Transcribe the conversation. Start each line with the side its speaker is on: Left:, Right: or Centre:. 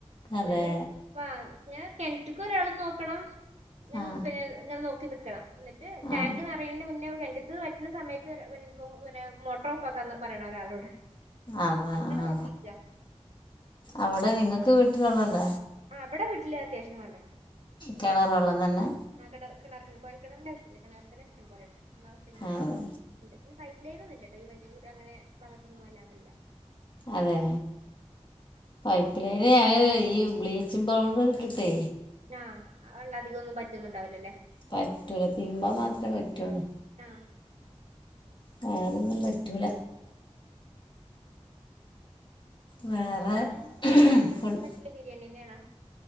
Left: അതെ
Right: ഒരു പ ഇങ്ങനെ കെൺറ്റ്ക്ക് ഒരാളും നോക്കണം. ഞൻ
Left: ആ
Right: പിന്നെ ങ്ങനെ നോക്കി നിക്കണം. എന്നിട്ട് ടാങ്ക്
Left: ആ
Right: നെറയ്ണീന്റെ മുന്നേ കെൺറ്റ് ഇത് വറ്റുന്ന സമയത്ത് ഒര് പിന്നെ, മോട്ടോർ ഓഫ് ആക്കാ എന്ന് പറയണ ഒരാളോട്.
Left: ആങ്ങ
Right: അങ്ങനെ
Left: ആ.
Right: നോക്കിക്ക
Left: അവിടെ നിങ്ങൾക്ക് വീട്ടില് വള്ളണ്ട.
Right: ആ ഇവിടെ വീട്ടില് അത്യാവശ്യം വള്ളണ്ട്.
Left: കെണറ് വെള്ളം തന്നെ.
Right: ആ കെണറ് കെണറ് കൊയൽകെണറിന്റെ ആവശ്യല്ല. കിണർ തന്നെ ഇഷ്ടംപോലെണ്ട്. നമ്മടെ ആവശ്യങ്ങൾക്കൊക്കെ,
Left: അതെ
Right: ഉണ്ട്. പിന്ന പൈപ്പ് ലൈന് ഒന്നുല്ലട്ടോ. ഈ വയ്ക കൂടെ അങ്ങനെ ഭാഗത്തൊന്നും ഇല്ലാതില്ല.
Left: അതെ. പൈപ്പ് ലൈന ഈ ബ്ലീച്ചിങ് പൗഡർ ഇട്ടിട്ടേ.
Right: ആഹ വെള്ളം അധികൊന്നും പറ്റന്നുംണ്ടാവൂല്ലല്ലേ.
Left: പറ്റൂല. തിര്മ്പാ മാത്രെ പറ്റുള്ളൂ.
Right: ആ
Left: <unintelligible> ന്നും പറ്റൂല. വേറെ.
Right: എടി പെര്നാകെന്താ
Left: ഫുഡ്
Right: സ്പെഷ്യല്, ബിരിയാണിന്നെണാ?